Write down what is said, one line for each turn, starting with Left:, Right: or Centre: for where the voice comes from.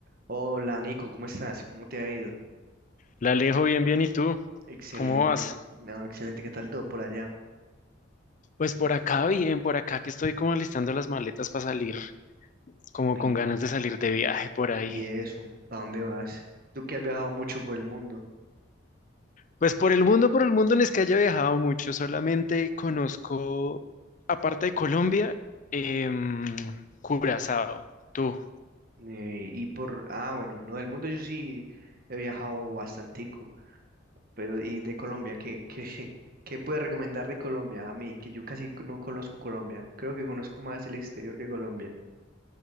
Right: Hola Nico, ¿cómo estás? ¿Cómo te ha ido?
Left: La Alejo, bien, bien, ¿y tú?
Right: Excelente,
Left: ¿Cómo vas?
Right: no, excelente, ¿qué tal todo por allá?
Left: Pues por acá bien, por acá que estoy como alistando las maletas para salir, como
Right: Y,
Left: con ganas de salir de viaje por
Right: y
Left: ahí.
Right: eso, ¿a dónde vas? Tú que has viajado mucho por el mundo
Left: Pues por el mundo, por el mundo no es que haya viajado mucho, solamente conozco, aparte de Colombia, em, Curazao. Tú,
Right: eh, y por, ah, bueno, no, el mundo yo sí he viajado bastantico, pero ¿y de Colombia? ¿Qué, qué, <laughs> qué puedes recomendar de Colombia a mí? Que yo casi no conozco Colombia, creo que conozco más el exterior que Colombia.